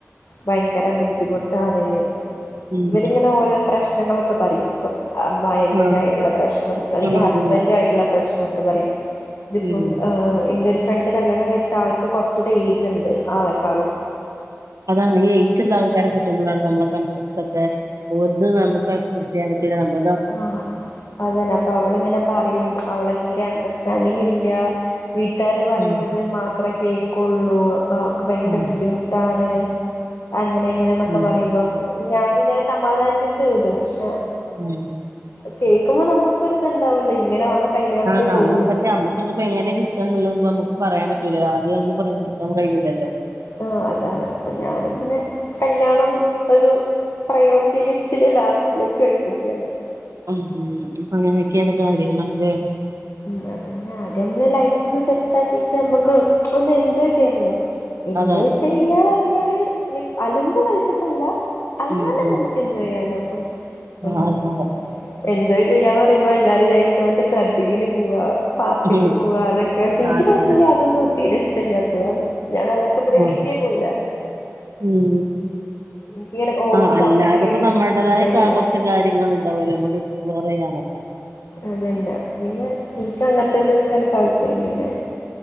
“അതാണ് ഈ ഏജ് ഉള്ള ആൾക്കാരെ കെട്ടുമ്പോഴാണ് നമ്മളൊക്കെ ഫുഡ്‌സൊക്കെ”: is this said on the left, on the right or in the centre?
Right